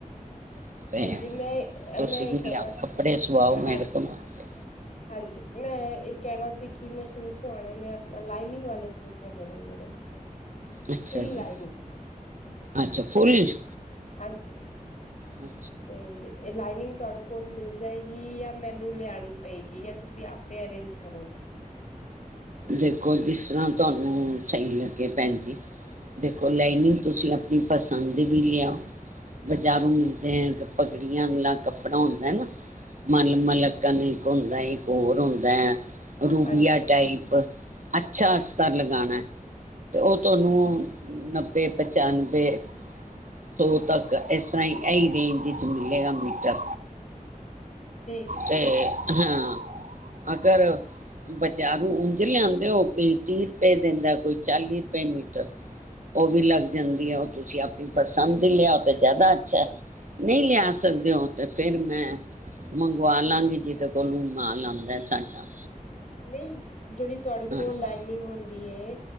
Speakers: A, on the right (about 60°); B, on the left (about 55°).
A: ਅਤੇ
B: ਹਾਂਜੀ ਮੈਂ,
A: ਤੁਸੀਂ
B: ਮੈਂ ਏ
A: ਵੀ
B: ਕੇਣਾ-
A: ਲਿਆਓ ਕੱਪੜੇ ਸਵਾਓ ਮੇਰੇ
B: ਹਾਂਜੀ।
A: ਕੋਲੋਂ ਆ ਕੇ
B: ਹਾਂਜੀ, ਮੈਂ ਏ ਕੇਣਾ ਸੀ ਕਿ ਮੈਂ ਸੂਟ ਸੁਵਾਣੇ ਨੇ ਆਪਣਾ, ਲਾਈਨਿੰਗ ਵਾਲੇ ਸੂਟ ਹੈਗੇ ਨੇ ਮੇਰੇ <unintelligible>
A: ਅੱਛਾ
B: ਲਾਈਨਿੰਗ
A: ਜੀ, ਅੱਛਾ ਫੁੱਲੀਸ਼,
B: ਹਾਂਜੀ
A: ਹੁ
B: ਤੇ ਏ ਲਾਈਨਿੰਗ ਤੋਹਾਡੇ ਕੋਲ ਮਿਲ ਜਏਗੀ? ਯਾ ਮੈਨੂੰ ਲਿਆਣੀ ਪਏਗੀ? ਯ ਤੁਸੀਂ ਆਪੇ ਅਰੇਂਜ ਕਰੋਂਗੇ?
A: ਦੇਖੋ, ਜਿਸ ਤਰਾਂ ਤੁਹਾਨੂੰ ਸਹੀ ਲੱਗੇ ਭੈਣ ਜੀ। ਦੇਖੋ, ਲਾਈਨਿੰਗ ਤੁਸੀਂ ਪਣੀ ਪਸੰਦ ਦੀ ਵੀ ਲੇ ਆਓ। ਬਜ਼ਾਰੂ ਮਿਲਦੇ ਐ, ਪਗੜੀਆਂ ਵਾਲਾ ਕੱਪੜਾ ਹੁੰਦਾ ਹੈ ਨਾ। ਮਲ, ਮਲ ਅਖਣ ਇਕ ਹੁੰਦਾ ਏ, ਇੱਕ ਹੋਰ ਹੁੰਦਾ ਐ। ਰੂਬੀਆ
B: ਹਾਂਜੀ
A: ਟਾਈਪ, ਅੱਛਾ ਅਸਤਰ ਲਗਾਣਾ ਤੇ ਓ ਤੁਆਨੂੰ ਨੱਬੇ, ਪਚਾਨਵੇਂ ਸੌ ਤੱਕ, ਏਸ ਤਰਾਂ ਹੀ ਏਹੀ ਰੇਂਜ ਇੱਚ ਮਿਲੇਗਾ ਮੀਟਰ।
B: ਠੀਕ ਹੈ ਠੀਕ
A: ਤੇ,
B: ਹੈ
A: ਹਾਂ ਅਗਰ ਬਜ਼ਾਰੂ ਉਂਝ ਲਆਂਦੇ ਹੋ ਕੋਈ ਤੀ ਰਪਏ ਦੇੱਦਾ, ਕੋਈ ਚਾਲੀ ਰਪਏ ਮੀਟਰ। ਓ ਵੀ ਲੱਗ ਜਾਂਦੀ ਐ, ਓ ਤੁਸੀਂ ਆਪ ਪਸੰਦ ਦੀ ਲਆਓ ਤੇ ਜਾਦਾ ਅੱਛਾ, ਨਈ ਲਿਆ ਸਕਦੇ ਹੋ, ਤੇ ਫੇਰ ਮੈਂ ਮੰਗਵਾ ਲਾਂਗੀ, ਜਿਦੇ ਕੋਲੂ ਮਾਲ ਆੱਦਾ ਏ ਸਾਡਾ।
B: ਨਈ, ਜਿਹੜੀ ਤੁਹਾਡੇ ਕੋਲ
A: ਹਾਂ
B: ਲਾਈਨਿੰਗ ਹੁੰਦੀ ਐ,